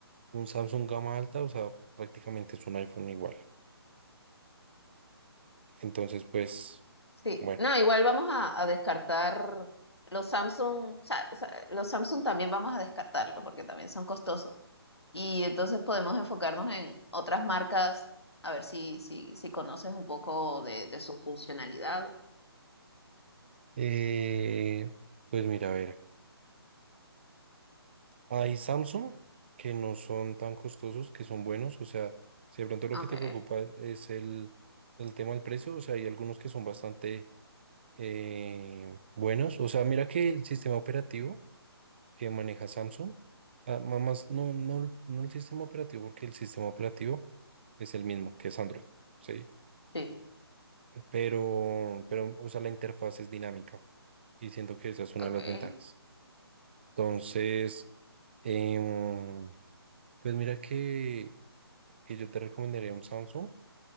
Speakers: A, on the right; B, on the left.
A: un Samsung gama alta, o sea, prácticamente es un iPhone igual. Entonces pues,
B: Sí,
A: bueno,
B: no, igual vamos a, a descartar los Samsung, o sea, sa- los Samsung también vamos a descartarlos porque también son costosos. Y entonces podemos enfocarnos en otras marcas, a ver si, si, si conoces un poco de, de su funcionalidad.
A: eh, pues mira, a ver, hay Samsung que no son tan costosos, que son buenos, o sea, si de pronto lo
B: Ok,
A: que te preocupa es el, el tema del precio, o sea, hay algunos que son bastante eh, buenos, o sea, mira que el sistema operativo que maneja Samsung. Ah, ma- más, no, no, no el sistema operativo, porque el sistema operativo es el mismo, que es Android, ¿sí?
B: sí,
A: Pero, pero, o sea, la interfaz es dinámica y siento que esa es una
B: ok.
A: de las ventajas. Entonces, em, pues mira que, que yo te recomendaría un Samsung